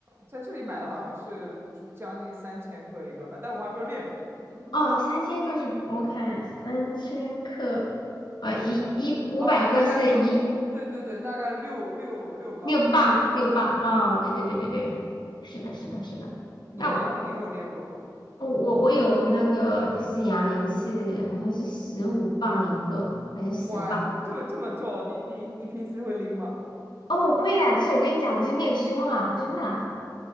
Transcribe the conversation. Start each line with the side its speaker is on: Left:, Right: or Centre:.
Right: 在这里买的好像是就将近三千克一个吧，但我还没有练过。
Left: 哦，三千克是，我看三千克，呃，一一五百克是一。
Right: 啊，那大概六，对对对，大概六六六磅吧。
Left: 六磅，六磅啊！
Right: 嗯嗯，
Left: 哦对对对对对，是的，是的，是的。
Right: 你呢？
Left: 那我
Right: 你有练过吗？
Left: 我我有那个就是哑铃是好像是十五磅一个，还是十磅？
Right: 哇，这么这么重，你你你平时会拎吗？
Left: 哦，我会呀，就是我跟你讲，我就你练胸啊，真的啊